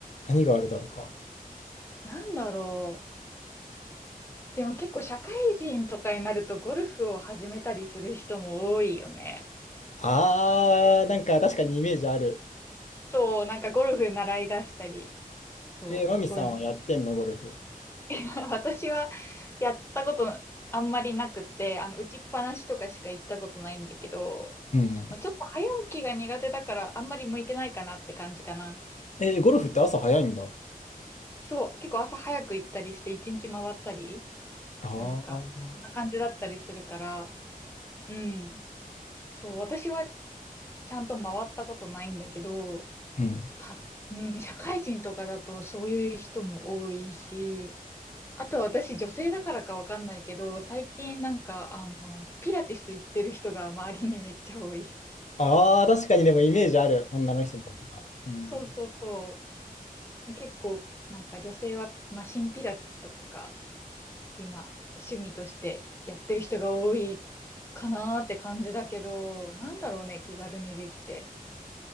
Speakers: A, on the left (about 50°); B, on the left (about 15°).
A: 何があるだろうか。
B: なんだろう。でも結構社会人とかになるとゴルフを始めたりする人も多いよね。
A: あー、なんか確かにイメージある。
B: そう、なんかゴルフ習い出したり、そう、
A: えー、マミさんはやってんの、
B: ゴルフ。
A: ゴルフ。
B: <laughs> 私はやったことあんまりなくて、あの、打ちっぱなしとかしか行ったことないんだけど、
A: うんうん。
B: まあ、ちょっと早起きが苦手だからあんまり向いてないかなって感じかな。
A: えー、ゴルフって朝早いんだ。
B: そう、結構朝早く行ったりして一日回ったり、
A: ああ。
B: なんか、そんな感じだったりするから、うん。そう、私はちゃんと回ったことないんだけど、
A: うん。
B: た、うん、社会人とかだとそういう人も多いし、あとは私、女性だからかわかんないけど、最近なんか、あの、ピラティス行ってる人が周りにめっちゃ多い。
A: ああ、確かにでもイメージある、女の人だったら。うん。
B: そうそうそうそう。結構、なんか女性はマシンピラティスとか、今、趣味としてやってる人が多いかなーって感じだけど、なんだろうね、気軽にできて、